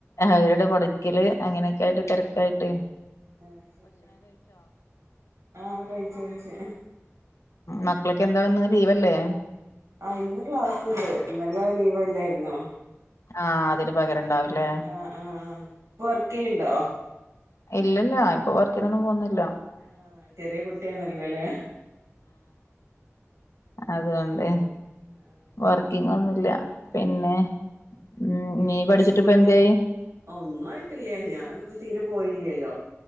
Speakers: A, on the left (about 75°); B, on the right (about 90°).
A: അവരുടെ പടിക്കല് അങ്ങനെയൊക്കെ ആയിട്ട് തിരക്കായിട്ട്
B: <unintelligible> ആഹ് കഴിച്ചു കഴിച്ചു
A: മക്കളൊക്കെ എന്താക ലീവല്ലേ
B: ആഹ് ഇന്ന് ക്ലാസുണ്ട് ഇന്നല്ല ലീവലായിരുന്നോ
A: ആഹ് അതിന് പകരണ്ടാവൂലേ
B: ആഹ് ആഹ് ആഹ് വർക്ക് ചെയ്യണ്ടോ
A: ഇല്ലല്ല ഇപ്പൊ വർക്കിനൊന്നും പോന്നില്ല
B: ആഹ് ചെറിയ കുട്ടിയാണല്ലല്ലേ
A: അതുകൊണ്ടേ
B: ആഹ്
A: വർക്കിങ്ങൊന്നുല്ല പിന്നെ
B: ഏഹ്
A: ഉം നീ
B: ഇപ്രാവശ്യം
A: പഠിച്ചിട്ടിപ്പെന്തായി
B: പോയിട്ടില്ലേ ഒന്നും ആയിട്ടില്ലേ ഞാനൊന്നും തീരെ പോയില്ലല്ലോ